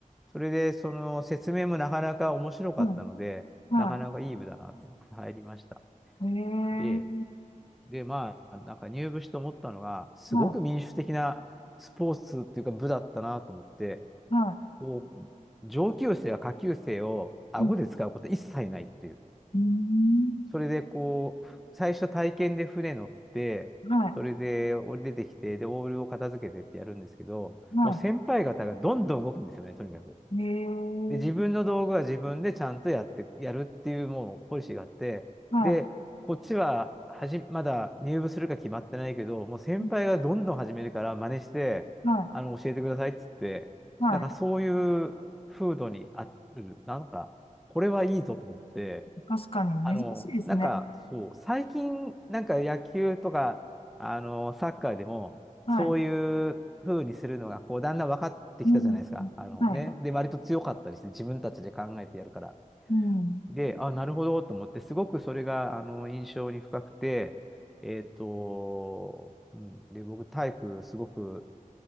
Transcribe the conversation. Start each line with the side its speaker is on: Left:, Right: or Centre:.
Centre: それで、その説明もなかなか面白かったので、
Left: はい。は
Centre: なかなかいい部だなと思って入りました。
Left: い。ええ、
Centre: で、で、まあ、なんか入部して思ったのが、すごく民主的なスポーツっていうか部だったなと思って、
Left: はい。は
Centre: こう、上級生や下級生を顎で使うこと一切ないっていう。
Left: い。うんうーん。
Centre: それでこう、最初体験で船乗って、
Left: は
Centre: それで降り出てきて、で、オールを片付けてってやるんですけど、
Left: い。は
Centre: もう先輩方がどんどん動くんですよね、とにかく。
Left: い。へ
Centre: で、自分の道具は自分でちゃんとやって、
Left: え。
Centre: やるっていうもうポリシーがあって、
Left: は
Centre: で、こっちははじ、まだ入部するか決まってないけど、もう先輩がどんどん始めるから真似して、
Left: い。は
Centre: あの、教えてくださいって言って、
Left: い。はい。
Centre: なんかそういう風土にある、なんか、これはいいぞと思って、
Left: 確かに、
Centre: あの、
Left: 珍しいですね。
Centre: なんか、そう、最近、なんか野球とか、あの、サッカーでも、
Left: はい。
Centre: そういう風にするのが、こう、だんだん分かってきたじゃないですか。
Left: うん。
Centre: あのね。
Left: はい。
Centre: で、割と強かったりして、自分たちで考えてやるから。
Left: うん。
Centre: で、あ、なるほど、と思って、すごくそれが、あの、印象に深くて、えっと、うん、で、僕、体育、すごく